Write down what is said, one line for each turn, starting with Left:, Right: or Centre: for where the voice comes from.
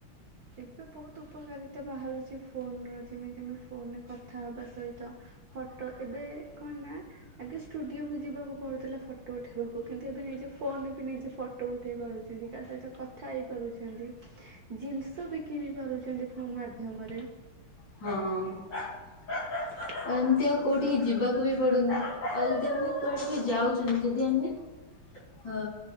Right: ଏବେ ବହୁତ ଉପକାରିତା ବାହାରୁଛି ଫୋନ୍ର ଯେମିତି ଆମେ ଫୋନେ କଥା ହେବା ସହିତ ଫଟୋ ଏବେ କଣ ନା ଆଗେ ଷ୍ଟୁଡିଓକୁୁ ଯିବାକୁ ପଡୁଥିଲା ଫଟୋ ଉଠେଇବାକୁ, କିନ୍ତୁ ଏବେ ନିଜ ଫୋନରେ ବି ନିଜେ ଫଟୋ ଉଠେଇ ପାରୁଛନ୍ତି କା ସହିତ କଥା ହେଇପାରୁଛନ୍ତି। ଜିନ୍ସ ସ ବିକି ବି ପାରୁଛନ୍ତି ଫୋନ୍ ମାଧ୍ୟମରେ।
Left: ହଁ।
Right: ହ
Left: ଆଉ ଏମିତି ଆଉ କଉଁଠିକି ଯିବାକୁ ବି ପଡ଼ୁନି। ଆଉ ଯଦି ଆମେ କୁଆଡ଼େ ବି ଯାଉଛନ୍ତି, ଯଦି ଆମେ ହଁ